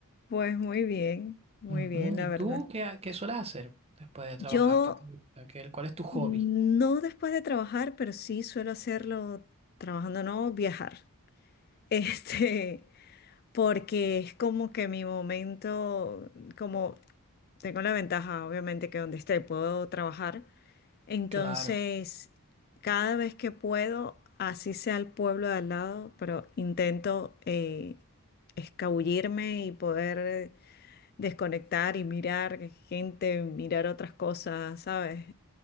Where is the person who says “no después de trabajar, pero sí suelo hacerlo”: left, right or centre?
Left